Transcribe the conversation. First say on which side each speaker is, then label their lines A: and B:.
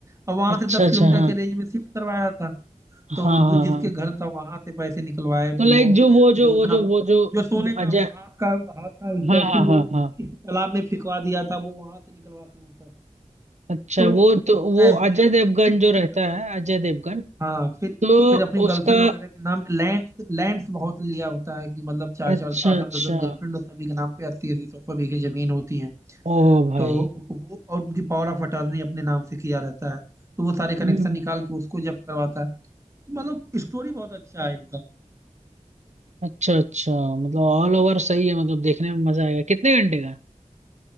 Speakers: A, on the right (about 25°); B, on the right (about 65°).
A: और वहां
B: अच्छा
A: से दस
B: अच्छा
A: किलोमीटर
B: हाँ
A: के रेंज में शिफ्ट करवाया था
B: हाँ
A: तो दू-
B: हाँ
A: जिसके
B: हाँ
A: घर था वहां से पैसे निकलवाए
B: तो
A: फिर
B: लाइक
A: वो
B: जो वो जो
A: जो उतना
B: वो जो वो जो
A: जो सोने का
B: अजय
A: वो हाथ का हाथ का स्टैचू
B: हाँ हाँ
A: वो
B: हाँ हाँ
A: किसी तालाब में फिंकवा दिया था वो वहां से निकलवाते हैं सब
B: अच्छा
A: तो
B: वो तो वो
A: ऐसे
B: अजय
A: फिर
B: देवगन जो
A: कई
B: रहता है अजय देवगन
A: हाँ फिर
B: तो
A: फिर अपनी
B: उसका
A: गर्लफ्रेंड वगैरह के नाम पे लैंड लैंड्स बहुत लिया होता है कि मतलब चार
B: अच्छा
A: चार आठ
B: अच्छा
A: आठ दस दस गर्लफ्रेंड और सभी के नाम पे अस्सी अस्सी सौ सौ बीघे जमीन होती है
B: ओ भाई
A: तो वो और उनकी पावर ऑफ अटॉर्नी अपने नाम से किया रहता है तो वो सारे
B: हम्म,
A: कनेक्शन निकाल के उसको जब्त करवाता है तो मतलब स्टोरी बहुत अच्छा है इनका
B: अच्छा अच्छा मतलब ऑल ओवर सही है मतलब देखने में मजा आएगा कितने घंटे का